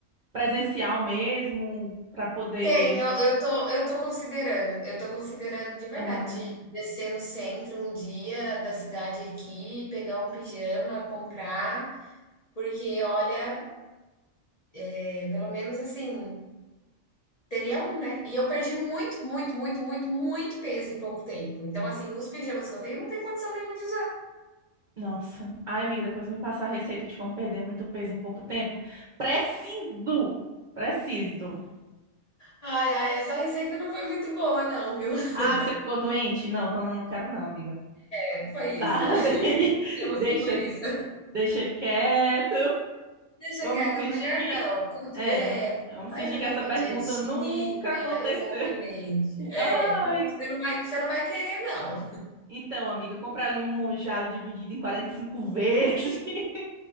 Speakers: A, on the right; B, on the left.
A: presencial mesmo, pra poder.
B: tem, eu tô, eu tô considerando, eu tô considerando de verdade
A: é,
B: descer no centro um dia da cidade aqui, pegar um pijama, comprar Porque, olha, é, pelo menos assim, teria um, né? E eu perdi muito, muito, muito, muito, muito peso em pouco tempo. Então, assim, os pijamas que eu tenho não tem condição nenhuma de usar.
A: Nossa. Ai, amiga, depois me passa a receita de como perder muito peso em pouco tempo. Preciso! Preciso.
B: Ai, ai, essa receita não foi muito boa, não, viu? <laughs>
A: Ah, você ficou doente? Não, então não quero não, amiga.
B: É, foi isso.
A: Tá,
B: <laughs>
A: <laughs> de-
B: Digamos
A: deixa,
B: que foi isso.
A: deixa quieto.
B: Deixa
A: Vamos
B: quieto,
A: fingir
B: é melhor
A: que.
B: não. Con-
A: É,
B: é,
A: vamos
B: faz
A: fingir
B: ali
A: que essa
B: uma
A: pergunta
B: dietinha,
A: nunca aconteceu.
B: exatamente. É,
A: Ai,
B: não, você não vai, você não vai querer, não.
A: então, amiga, comprar ali um Monjaro dividido em 45 vezes. <laughs>